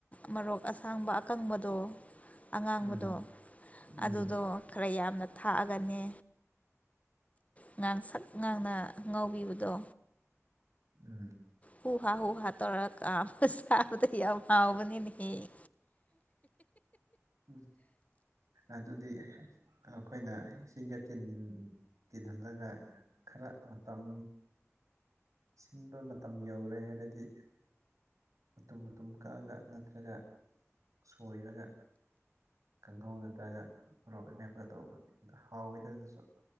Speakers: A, on the left; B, on the right.
A: ꯃꯔꯣꯛ ꯑꯁꯥꯡꯕ ꯑꯀꯪꯕꯗꯣ ꯑꯉꯥꯡꯕꯗꯣ
B: ꯎꯝ ꯎꯝ
A: ꯑꯗꯨꯗꯣ ꯈꯔ ꯌꯥꯝꯅ ꯊꯥꯛꯑꯒꯅꯦ ꯉꯥꯡ ꯁꯛ ꯉꯥꯡꯅ ꯉꯥꯎꯕꯤꯕꯗꯣ
B: ꯎꯝ
A: ꯍꯨꯍꯥ ꯍꯨꯍꯥ ꯇꯧꯔꯥ ꯀꯥꯝꯃꯥ‌ ꯆꯥꯕꯗꫭ ꯌꯥꯝ ꯍꯥꯎꯕꯅꯤꯅꯦ ꯍ‌ꯦ
B: ꯎꯝ ꯑꯗꯨꯗꯤ ꯑꯩꯈꯣꯏꯅ ꯏꯁꯤꯡꯒ ꯇꯤꯟ ꯇꯤꯟꯍꯜꯂꯒ ꯈꯔ ꯃꯇꯝ ꯁꯤꯟꯕ ꯃꯇꯝ ꯌꯧꯔꯦ ꯍꯥꯏꯔꯗꯤ ꯃꯇꯨꯝ ꯃꯇꯨꯝ ꯀꯛꯑꯒ ꯅꯠꯇ꯭ꯔꯒ ꯁꯣꯏꯔꯒ ꯀꯥꯡꯍꯧ ꯅꯠꯇ꯭ꯔꯒ ꯃꯣꯔꯣꯛ ꯑꯃꯦꯞꯀꯒꯥ ꯇꯧꯕꯅꯤ ꯑꯗꫭ ꯍꯥꯎꯋꯏꯗ ꯑꯗꯨꯁꯨ